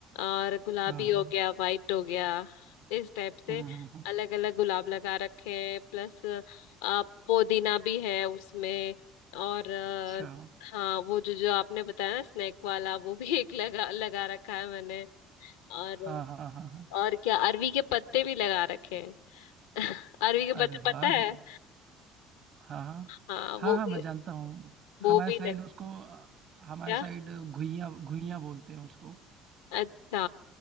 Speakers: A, on the left; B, on the right.
A: और गुलाबी
B: हाँ हाँ
A: हो गया वाइट हो गया इस टाइप से
B: हम्म हम्म, हम्म।
A: अलग अलग गुलाब लगा रखे हैं प्लस पुदीना भी है उसमें और अ,
B: अच्छा
A: हाँ वो जो जो आपने बताया ना स्नैक वाला वो भी <laughs> एक लगा लगा रखा है मैंने और
B: हाँ हाँ हाँ हाँ
A: और क्या अरवी के पत्ते भी लगा रखे हैं <laughs> अरवी के
B: अरे
A: पत्ते
B: वाह
A: पता है
B: ये- हाँ हाँ
A: हाँ
B: हाँ
A: वो
B: हाँ
A: भी
B: मैं जानता हूँ
A: वो
B: हमारे
A: भी
B: साइड
A: लग
B: उसको अ, हमारे
A: क्या
B: साइड घुइयां घुइयां बोलते हैं उसको
A: अच्छा